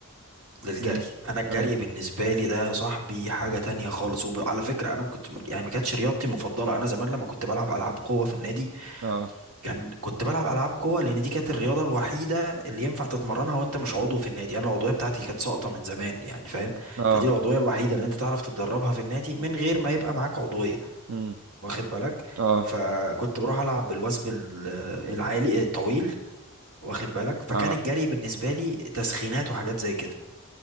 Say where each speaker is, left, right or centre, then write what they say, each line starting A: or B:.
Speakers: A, on the right; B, on the right.
A: للجري
B: امم
A: انا الجري
B: اي
A: بالنسبه لي ده يا صاحبي حاجه تانية خالص وعلى فكره انا ما كنت يعني ما كانتش رياضتي المفضله انا زمان لما كنت بلعب العاب قوه في النادي
B: اه
A: كان كنت بلعب العاب قوه لان دي كانت الرياضه الوحيده اللي ينفع تتمرنها وانت مش عضو في النادي انا العضويه بتاعتي كانت ساقطه من زمان يعني فاهم
B: اه
A: فدي العضويه الوحيده اللي انت تعرف تتدربها في النادي من غير ما يبقى معاك عضويه
B: امم
A: واخد بالك
B: اه
A: فكنت بروح العب بالوثب ال- العالي الطويل واخد بالك فكان
B: اه
A: الجري بالنسبه لي تسخينات وحاجات زي كده